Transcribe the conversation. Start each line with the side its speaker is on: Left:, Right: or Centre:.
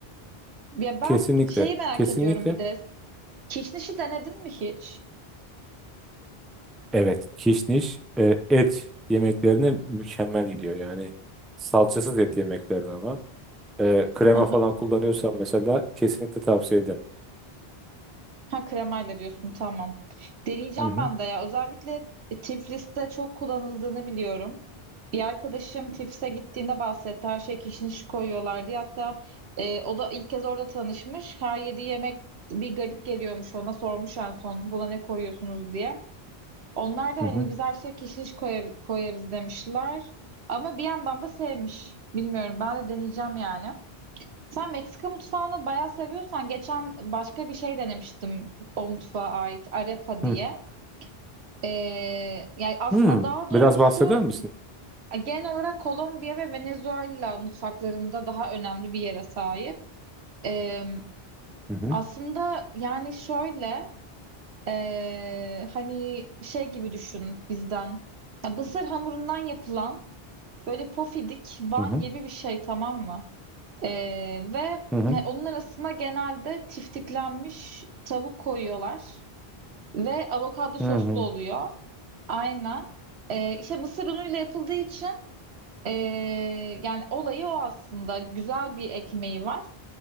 Right: Ya ben
Centre: kesinlikle
Right: şeyi merak
Centre: kesinlikle
Right: ediyorum bir de. Kişnişi denedin mi hiç?
Centre: evet kişniş e, et yemeklerine mükemmel gidiyor yani salçasız et yemeklerine ama E, krema
Right: Hı hı.
Centre: falan kullanıyorsan mesela kesinlikle tavsiye ederim.
Right: Ha kremayla diyorsun tamam. Deneyeceğim
Centre: Hı hı
Right: ben de ya. Özellikle Tiflis'te çok kullanıldığını biliyorum. Bir arkadaşım Tiflis'e gittiğinde bahsetti. Her şeye kişniş koyuyorlar diye. Hatta e, o da ilk kez orada tanışmış. Her yediği yemek bir garip geliyormuş ona. Sormuş en son buna ne koyuyorsunuz diye. Onlar da hani
Centre: hı hı.
Right: biz her şeye kişniş koyar- koyarız demişler. Ama bir yandan da sevmiş. Bilmiyorum ben de deneyeceğim yani. Sen Meksika mutfağını bayağı seviyorsan geçen başka bir şey denemiştim o mutfağa ait arepa diye.
Centre: hı.
Right: Ee, yani aslında
Centre: Hmm,
Right: daha doğrusu
Centre: biraz bahseder misin?
Right: genel olarak Kolombiya ve Venezuela mutfaklarında daha önemli bir yere sahip. Ee,
Centre: Hı hı
Right: aslında yani şöyle ee, hani şey gibi düşün bizden. Ya mısır hamurundan yapılan böyle pofidik ban
Centre: hı hı
Right: gibi bir şey tamam mı? Ee, ve
Centre: hı
Right: onun arasına genelde tiftiklenmiş tavuk koyuyorlar ve avokado soslu
Centre: hı hı.
Right: oluyor. Aynen. Ee, işte mısır unuyla yapıldığı için ee, yani olayı o aslında. Güzel bir ekmeği var.